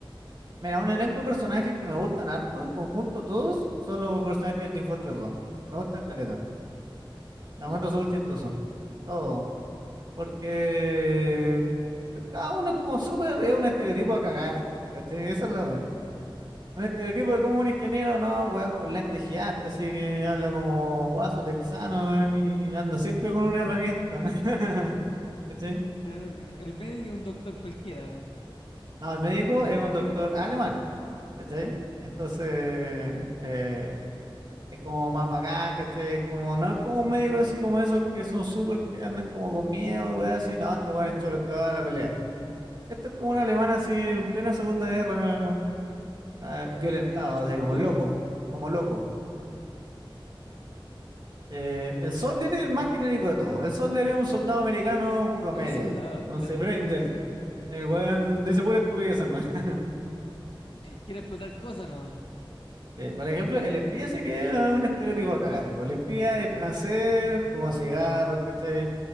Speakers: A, on the right; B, on the left.
A: Mira, un elenco de personajes que me gustan harto, en conjunto todos, son los personajes del Team Fortress 2. Me gustan caleta. La
B: Ya.
A: encuentro súper chistoso. Todo. Porque cada uno es como súper, es un estereotipo a cagar, ¿cachai? Esa es la weá. Un estereotipo de como un ingeniero, no, weón, con lentes gigantes, así que habla como guaso texano, weón, y anda siempre con una
B: Cla-
A: herramienta, <laughs> ¿cachai?
B: Claro, el, me- el médico es un doctor cualquiera.
A: No, el médico es un doctor alemán, ¿cachai? Entonces, eh, es como más bacán, ¿cachai? Como, no es como un médico así como esos que son súper, que andan como con miedo, weón, así, no, este weón es choro, te va a dar la pelea. Esto es como un alemán así en plena Segunda Guerra ah,
B: Tiene
A: violentado,
B: que haberle hecho
A: así
B: rubio.
A: como loco, como loco. Eh, el Soldier es el más genérico de todos. El Soldier es un soldado americano promedio.
B: Es un soldado,
A: Entonces,
B: claro.
A: Braindead, el weón dice pura estupidez, ¿no? <laughs>
B: Quiere explotar cosas nomás.
A: Sí, Por ejemplo, el espía sí que es un estereotipo a cagar. po. El espía es francés, fuma cigarro, ¿cachai?